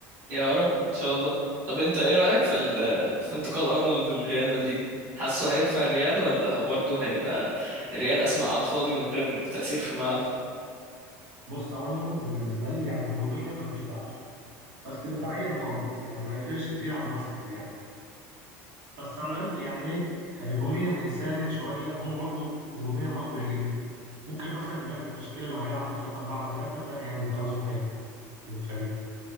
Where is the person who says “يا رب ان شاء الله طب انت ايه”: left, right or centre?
Right